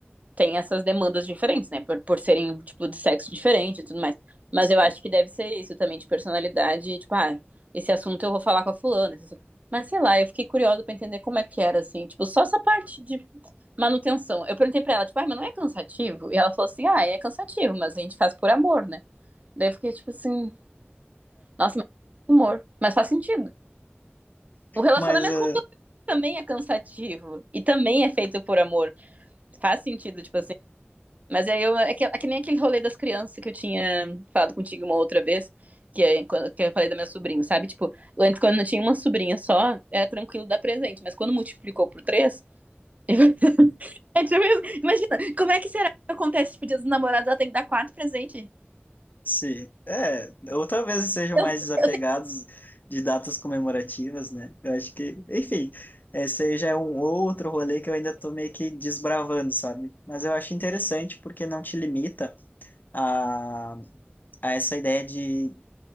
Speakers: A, on the right; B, on the left.
A: tem essas demandas diferentes, né? Por, por serem, tipo, de sexo diferente e tudo mais. Mas
B: Sim.
A: eu acho que deve ser isso também, de personalidade, tipo, ah, esse assunto eu vou falar com a fulana. esse assunto- Mas sei lá, eu fiquei curiosa pra entender como é que era, assim, tipo, só essa parte de manutenção. Eu perguntei pra ela, tipo, ah mas não é cansativo? E ela falou assim, ah, é cansativo, mas a gente faz por amor, né? Daí eu fiquei, tipo assim, nossa, mas humor. Mas faz sentido. O relacionamento
B: Mas, eh,
A: com também é cansativo e também é feito por amor. Faz sentido, tipo assim. Mas aí eu. É que, é que nem aquele rolê das crianças que eu tinha falado contigo uma outra vez, que, é, quando- que eu falei da minha sobrinha, sabe? Tipo, antes quando eu tinha uma sobrinha só, era tranquilo dar presente, mas quando multiplicou por três. <laughs> é tipo isso. Imagina, como é que será que acontece? Tipo, dia dos namorados, ela tem que dar quatro presentes.
B: sim, é, ou talvez sejam
A: Eu,
B: mais desapegados
A: eu tenho.
B: de datas comemorativas, né? Eu acho que, enfim, esse aí já é um outro rolê que eu ainda tô meio que desbravando, sabe? Mas eu acho interessante porque não te limita a, a essa ideia de